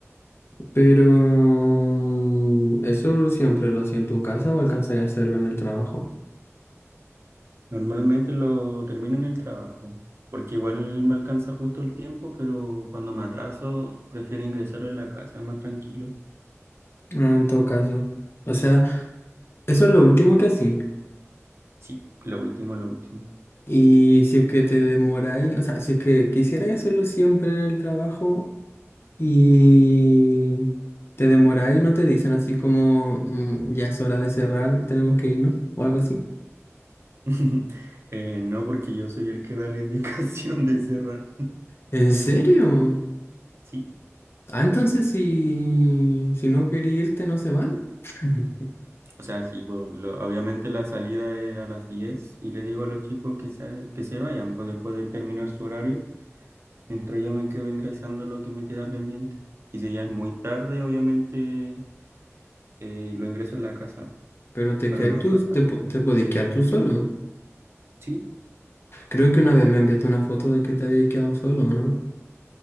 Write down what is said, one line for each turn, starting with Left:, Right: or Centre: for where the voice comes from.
Left: Pero eso siempre lo hacía en tu casa o alcanzaría a hacerlo en el trabajo.
Right: Normalmente lo termino en el trabajo, porque igual me alcanza justo el tiempo, pero cuando me atraso, prefiero ingresarlo en la casa, más tranquilo.
Left: Ah, en todo caso. O sea, eso es lo último que hacía.
Right: Sí, lo último, lo último.
Left: Y si es que te demoráis, o sea, si es que quisierais hacerlo siempre en el trabajo, Y te demoráis y no te dicen así como "Mm, ya es hora de cerrar, tenemos que irnos o algo así.
Right: <laughs> Eh, no, porque yo soy el que da la <laughs> indicación de cerrar.
Left: ¿En serio?
Right: Sí,
Left: Ah, entonces si, si no quería irte no se van. <laughs>
Right: o sea, sí, bueno, lo- obviamente la salida es a las 10 y le digo a los chicos que se, que se vayan, pues después de terminar su horario, mientras yo me quedo ingresando lo que me queda pendiente. Y si ya es muy tarde, obviamente eh, lo ingreso en la casa
Left: Pero te
Right: para
Left: quedáis
Right: no
Left: tú,
Right: atrasarme.
Left: te, po- te podéis quedar tú solo.
Right: Sí,
Left: Creo que una vez me enviaste una foto de que te habías quedado solo, ¿no?